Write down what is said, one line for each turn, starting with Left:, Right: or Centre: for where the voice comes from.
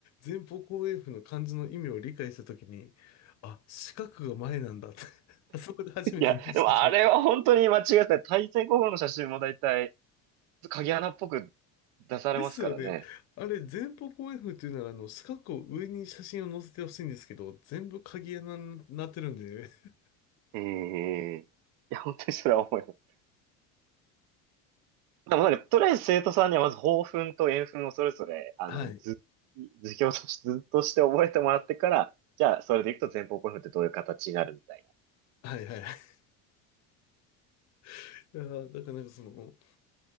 Left: 前方後円墳の漢字の意味を理解したときに、あ、四角が前なんだって <laughs> あそこで初めて認識しました。
Right: いや、でもあれは本当に間違えてない。対戦候補の写真も大体、鍵穴っぽく出されますからね。
Left: ですよね。あれ、前方後円墳っていうなら、あの、四角を上に写真を載せてほしいんですけど、全部鍵穴になってるんで、<laughs>
Right: ええいや、本当にそれは思います。でもなんか、とりあえず生徒さんにはまず抱憤と円憤をそれぞれ、あの、
Left: はい。
Right: 図、図表として、図として覚えてもらってから、じゃあ、それでいくと前方後円墳ってどういう形になるみたいな。
Left: はいはい。<laughs> だから、だからなんかその、